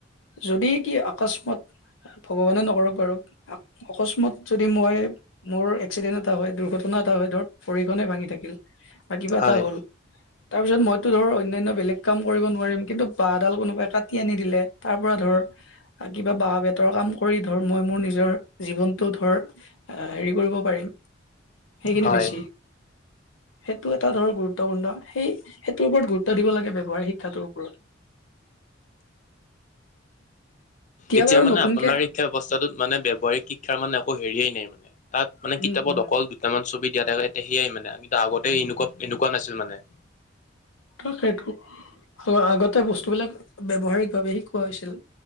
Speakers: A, on the left (about 85°); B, on the left (about 40°).
A: যদি কি অকস্মাত। ভগৱানে নকৰক বাৰু অকস্মাত যদি মই মোৰ। এক্সিডেণ্ট এটা হয় দুৰ্ঘটনা এটা হয় ধৰক পৰিহনে ভাঙি থাকিল বা কিবা
B: হয়,
A: এটা হ'ল। তাৰপিছত মইতো ধৰ অন্যান্য বেলেগ কাম কৰিব নোৱাৰিম কিন্তু বাঁহডাল কোনোবাই কাটি আনি দিলে তাৰ পৰা ধৰ। কিবা বাঁহ বেতৰ কাম কৰি ধৰ মই মোৰ নিজৰ জীৱনটো ধৰ। আহ হেৰি কৰিব পাৰিম সেইখিনি
B: হয়।
A: বেছি। সেইটো এটা ধৰক গুৰুত্বপূৰ্ণ সেই সেইটোৰ ওপৰত গুৰুত্ব দিব লাগে ব্যৱহাৰিক শিক্ষাটোৰ ওপৰত।
B: এতিয়া
A: বাৰু
B: মানে
A: নতুনকে
B: আপোনাৰ শিক্ষা ব্যৱস্থাটোত মানে ব্যৱহাৰিক শিক্ষাৰ মানে একো হেৰিয়েই। তাত মানে
A: উম
B: কিতাপত
A: উম
B: অকল দুটামান ছবি দিয়া থাকেয়া সেয়াই মানে কিন্তু আগতে এনেকুৱা এনেকুৱা নাছিল মানে।
A: ত সেইটো আগতে বস্তুবিলাক ব্যৱহাৰিকভাৱে শিকোৱা হৈছিল।